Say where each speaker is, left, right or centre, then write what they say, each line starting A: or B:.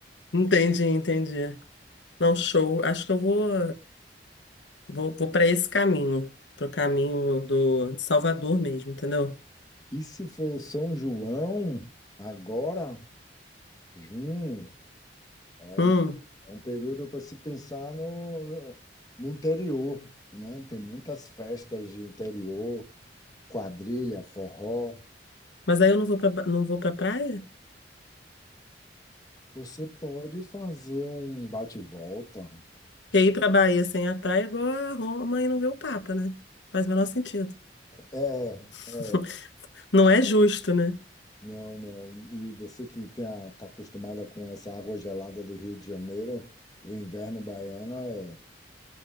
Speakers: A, on the left; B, on the left.
A: Entendi, entendi. Não, show. Acho que eu vou, vou, vou para esse caminho, pro caminho do de Salvador mesmo, entendeu?
B: E se for São João, agora, junho, é
A: Hum,
B: um É um período para se pensar no, no interior, né? Tem muitas festas de interior, quadrilha, forró.
A: mas aí eu não vou para não vou para praia?
B: Você pode fazer um bate-volta.
A: Porque ir pra Bahia sem a praia é igual a Roma e não ver o Papa, né? Faz o menor sentido.
B: É,
A: <laughs>
B: é,
A: Não é justo, né?
B: não, não. E você que está acostumada com essa água gelada do Rio de Janeiro, o inverno baiano é,